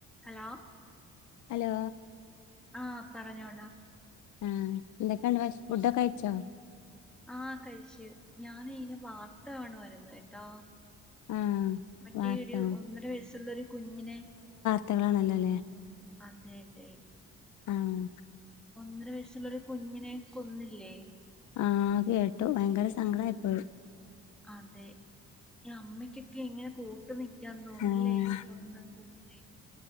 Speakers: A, in the centre; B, on the left (about 75°).
A: Hello
B: hello
A: ആ പറഞ്ഞോടാ
B: ആഹ് എന്തൊക്കെയണ്ട് ഫുഡൊക്കെ അയച്ചോ
A: ആഹ കഴിച്ചേ ഞാന ഇനെ വാർത്ത കാണവായിരുന്നു കേട്ടോ
B: ആഹ്
A: മറ്റേ
B: വാർത്ത
A: ഒരു ഒന്നര വയസ്സുള്ള ഒരു കുഞ്ഞിനെ
B: കുത്തകളാണല്ലോ അല്ലേ
A: അതെതെ
B: ഉം
A: ഒന്നര വയസ്സുള്ളൊരു കുഞ്ഞിനെ കൊന്നില്ലേ
B: ആ കേട്ടു ഭയങ്കര സങ്കട ആപ്പോ
A: അതെ അമ്മയ്ക്കൊക്കെ എങ്ങനെ കട്ട് ന ഞാൻ തോന്നില്ലേ
B: ആഹ്
A: സ്വന്തം കുഞ്ഞിനെ